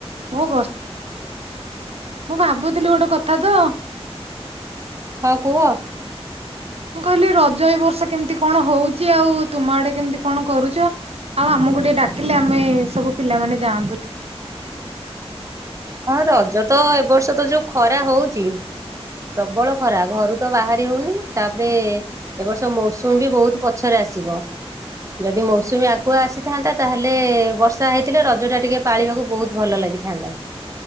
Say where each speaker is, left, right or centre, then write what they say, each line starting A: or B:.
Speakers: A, on the right; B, on the right.
A: ମୁଁ ଭାବୁଥିଲି ଗୋଟେ କଥା ତ।
B: ହ କୁହ
A: ମୁଁ କହିଲି ରଜ ଏଇ ବର୍ଷ କେମିତି କଣ ହୋଉଚି ଆଉ ତୁମ ଆଡେ କେମିତି କଣ କରୁଚ? ଆଉ ଆମକୁ ଟିକେ ଡାକିଲେ ଆମେ ସବୁ ପିଲାମାନେ ଯାଆନ୍ତୁ ଟିକ
B: ହଁ ରଜ ତ ଏ ବର୍ଷ ତ ଯୋଉ ଖରା ହୋଉଚି। ପ୍ରବଳ ଖରା ଘରୁ ତ ବାହାରି ହୋଉନି। ତାପରେ ଏ ବର୍ଷ ମୌସୁମୀ ବି ବୋହୁତ ପଛରେ ଆସିବ। ଯଦି ମୌସୁମୀ ଆଗୁଆ ଆସିଥାନ୍ତା ତାହେଲେ ବର୍ଷା ହେଇଥିଲେ ରଜ ଟା ଟିକେ ପାଳିବାକୁ ବୋହୁତ ଭଲ ଲାଗିଥାନ୍ତା।